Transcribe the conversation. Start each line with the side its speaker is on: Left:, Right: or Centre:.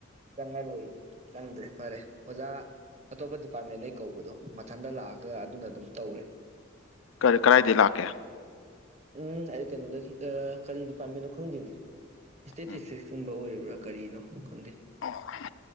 Right: ꯆꯪꯉꯔꯣꯏꯒꯦ ꯆꯪꯗ꯭ꯔꯦ ꯐꯔꯦ ꯑꯣꯖꯥ ꯑꯇꯣꯞꯄ ꯗꯤꯄꯥꯔꯠꯃꯦꯟꯗꯩ ꯀꯧꯕꯗꯣ ꯃꯊꯟꯇ ꯂꯥꯛꯑꯒ ꯑꯗꯨꯅ ꯑꯗꯨꯝ ꯇꯧꯔꯦ
Left: ꯀꯔꯤ ꯀꯗꯥꯏꯗꯩ ꯂꯥꯛꯀꯦ
Right: ꯎꯝ ꯑꯩ ꯀꯩꯅꯣꯗꯒꯤ ꯑ ꯀꯔꯤ ꯗꯤꯄꯥꯔꯠꯃꯦꯟꯅꯣ ꯈꯪꯗꯦꯅꯦ ꯏꯁꯇꯦꯇꯤꯁꯇꯤꯛꯁꯀꯨꯝꯕ
Left: ꯎꯝ
Right: ꯑꯣꯏꯔꯤꯕ꯭ꯔꯥ ꯀꯔꯤꯅꯣ ꯈꯪꯗꯦ
Left: ꯑꯣ